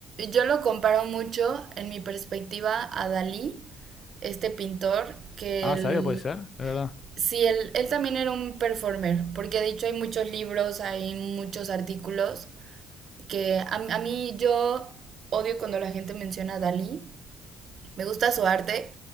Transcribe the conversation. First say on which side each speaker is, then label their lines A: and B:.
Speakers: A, on the right; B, on the left.
A: yo lo comparo mucho en mi perspectiva a Dalí, este pintor, que
B: Ah,
A: él,
B: ¿sabía? Puede ser, de verdad.
A: sí, él, él también era un performer, porque de hecho hay muchos libros, hay muchos artículos, que a, a mí yo odio cuando la gente menciona a Dalí. Me gusta su arte,